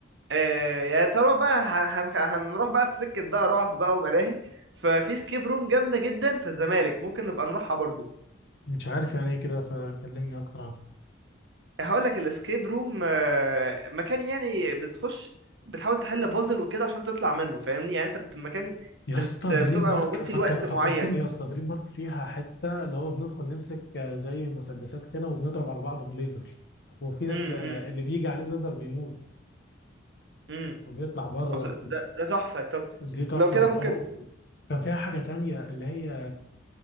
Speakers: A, on the right (about 70°); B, on the left (about 60°).
A: آه يعني طالما بقى هن... هن- هنروح بقى في سكه بقى رعب بقى وملاهي ففي سكيب روم جامده جدا في الزمالك ممكن نبقى نروحها برضو
B: مش عارف يعني ايه كده فكلمني اكتر عنها
A: هقول لك الاسكيب روم آه، مكان يعني بتخش بتحاول تحل بازل وكده عشان تطلع منه فاهمني يعني انت بت- مكان
B: يا
A: بت-
B: اسطى
A: بتبقى
B: دريم بارك
A: موجود فيه
B: فكر
A: لوقت
B: فكرتني
A: معين
B: يا اسطى دريم بارك فيها حته اللي هو بندخل نمسك زي مسدسات كده وبنضرب على بعض بليزر وفي ناس
A: امم
B: بقى
A: امم
B: اللي بيجي عليه ليزر بيموت
A: امم.
B: وبيطلع بره
A: طب ده ده ده تحفة طب
B: دي تحفه
A: لو كده ممكن
B: أو كان فيها حاجه تانية اللي هي